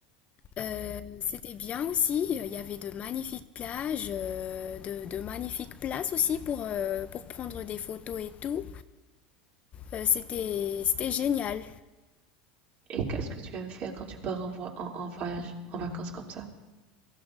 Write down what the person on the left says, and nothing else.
Euh, c'était bien aussi, il y avait de magnifiques plages, euh, de, de magnifiques places aussi pour, euh, pour prendre des photos et tout. Euh, c'était, c'était génial.